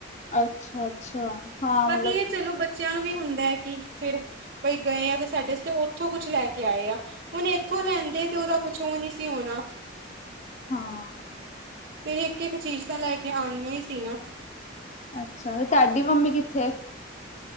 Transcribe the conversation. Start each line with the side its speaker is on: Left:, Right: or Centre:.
Left: ਅੱਛਾ, ਅੱਛਾ, ਹਾਂ
Right: ਬਾਕੀ
Left: ਮਤਲਬ
Right: ਇਹ ਚਲੋ ਬੱਚਿਆਂ ਨੂੰ ਵੀ ਹੁੰਦਾ ਐ ਕਿ ਫ਼ਿਰ, ਬਈ ਗਏ ਆ ਤੇ ਸਾਡੇ ਵਾਸਤੇ ਉੱਥੋਂ ਕੁਛ ਲੈ ਕੇ ਆਏ ਆ। ਹੁਣ ਇਥੋਂ ਲੈਂਦੇ ਤੇ ਉਹਦਾ ਕੁਛ ਓ ਏ ਨਹੀਂ ਸੀ ਹੋਣਾ।
Left: ਹਾਂ।
Right: ਫੇਰ ਇੱਕ-ਇੱਕ ਚੀਜ਼ ਤਾਂ ਲੈ ਕੇ ਆਉਣੀਆ ਈ ਸੀ ਨਾਂ।
Left: ਅੱਛਾ, ਤੁਹਾਡੀ ਮੰਮੀ ਕਿੱਥੇ?